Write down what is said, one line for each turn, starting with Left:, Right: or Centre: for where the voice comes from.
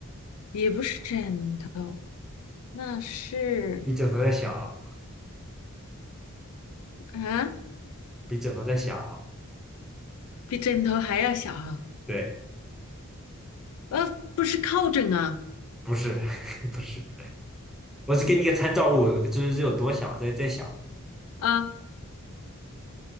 Left: 也不是枕头，那是
Centre: 比枕头再小，
Left: 啊，
Centre: 比枕头再小，
Left: 比枕头还要小啊，
Centre: 对，
Left: 呃，不是靠枕啊，
Centre: 不是，<laughs> 不是。我只给你一个参照物，就是这有多小，再在小。
Left: 啊，